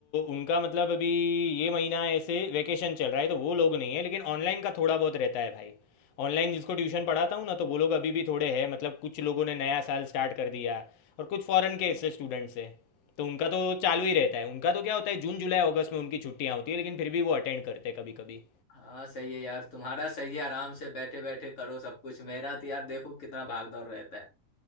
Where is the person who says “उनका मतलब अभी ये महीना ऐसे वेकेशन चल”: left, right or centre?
Left